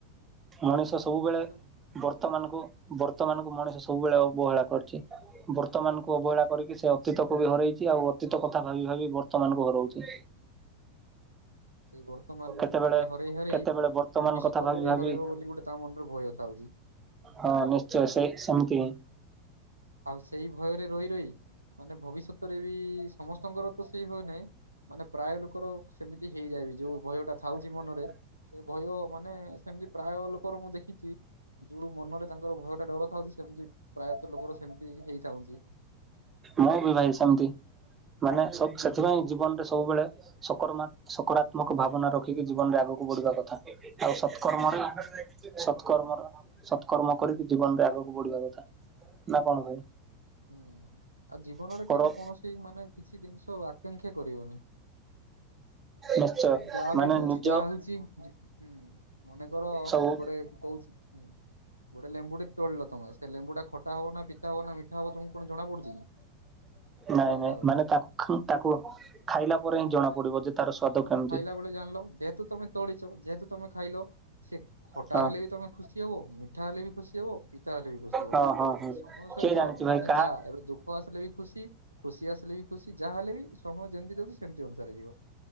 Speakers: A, on the right; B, on the right.
A: ମଣିଷ
B: ସେଥିପାଇଁ
A: ସବୁବେଳେ
B: ମଣିଷ ହୁଁ
A: ବର୍ତ୍ତମାନକୁ। ବର୍ତ୍ତମାନ କୁ ମଣିଷ ସବୁବେଳେ ଅବହେଳା କରିଛି ବର୍ତ୍ତମାନ
B: ହୁଁ,
A: ଅବହେଳା କରିକି ସେ ଅତୀତକୁ ବି ହରେଇଛି। ଆଉ ଅତୀତ କଥା ଭାବି ଭାବି ବର୍ତମାନ କୁ ହରଉଛି।
B: ସେଇ ବର୍ତ୍ତମାନ
A: କେତେବେଳେ
B: ମାନେ ହରେଇ ହରେଇ,
A: କେତେବେଳେ ବର୍ତ୍ତମାନ
B: ଭବିଷ୍ୟତକୁୁ
A: କଥା ଭାବି
B: ବି
A: ଭାବି
B: ହରେଇବ ବୋଲି ଗୋଟେ ତା ମନର ଭୟ ଥାଉଛି।
A: ହଁ ନିଶ୍ଚୟ ସେ ସେମତି।
B: ଆଉ ସେଇ ଭୟରେ ରହି ରହି ମାନେ ଭବିଷ୍ୟତରେ ବି ସମସ୍ତଙ୍କର ତ ସେଇ ଭୟନାହିଁ। ମାନେ ପ୍ରାୟ ଲୋକର ସେମିତି ହେଇଯାଏବି ଯୋଉ ଭୟ ଟା ଥାଉଛି ମନରେ। ସେ ଭୟ ମାନେ ସେମତି ପ୍ରାୟ ଲୋକର ମୁଁ ଦେଖିଛି। ଯୋଉ ମନରେ ତାଙ୍କର ଭୟ ଟା ଡର ଥାଉଛି ସେମତି ପ୍ରାୟତଃ ଲୋକର ସେମିତି ହେଇଯାଉଛି।
A: ମୁଁ ବି ଭାଇ ସେମିତି ମାନେ
B: ହୁଁ
A: ସ ସେଥିପାଇଁ ଜୀବନ ରେ ସବୁବେଳେ। ସକରମାତ୍ ସକାରାତ୍ମକ ଭାବନା ରଖିକି ଜୀବନରେ ଆଗକୁ ବଢିବା କଥା। ଆଉ ସତକର୍ମର ସତକର୍ମର। ସତକର୍ମ କରିକି ଜୀବନରେ ଆଗକୁ ବଢିବା କଥା ନା କଣ ଭାଇ।
B: ହୁଁ ଆଉ ଜୀବନରେ
A: ପର
B: କେବେ କୌଣସି ମାନେ କିଛି ଜିନିଷ ଆକାଂକ୍ଷା କରିବନି।
A: ନିଶ୍ଚୟ
B: ମାନେ ଯାହା ବି
A: ମାନେ
B: ହଉଛି
A: ନିଜ
B: ଯାହା ହଉଛି ହୁଁ ମନେକର
A: ସବୁ
B: ଗୋଟେ। କହୁଛି ହୁଁ। ଗୋଟେ ଲେମ୍ଵୁ ଟେ ତୋଳିଲ ତମେ ସେ ଲେମ୍ବୁଟା ଖଟା ହବ ନା ପିତା ହବ ନା ମିଠା ହବ ତମକୁ କଣ ଜଣାପଡୁଚି କି।
A: ନାଇଁ
B: ତୋଳିଲା
A: ନାଇଁ
B: ବେଳେ
A: ମାନେ ତାଖୁ ତାକୁ ଖାଇଲା ପରେ ହିଁ ଜଣା ପଡିବ ଯେ ତାର ସ୍ଵାଦ
B: ତମେ
A: କେମିତି।
B: ଖାଇଲା ବେଳେ ଜାଣିଲ ଯେହେତୁ ତମେ ତୋଳିଛ ଯେହେତୁ ତମେ ଖାଇଲ। ଚ୍ସେ ଖଟା
A: ହଁ।
B: ହେଲେ ବି ତମେ ଖୁସି ହବ ମିଠା ହେଲେ ବି ଖୁସି ହବ ପିତା ହେଲେ ବି ଖୁସି ହବ।
A: ହଁ ହଁ
B: ଏମତି
A: ହଁ
B: ସମୟ ସହିତ
A: କିଏ ଜାଣିଛି ଭାଇ
B: ମନେ
A: କାହା
B: ଯା ଏବେ ଦୁ ସୁଖ ଆସିଲେ ବି ଖୁସି ଖୁସି ଆସିଲେ ବି ଖୁସି ଯାହାହେଲେ ବି ସମୟ ଯେମିତି ଦଉଛି ସେମିତି ଅନୁସାରେ ଯିବ।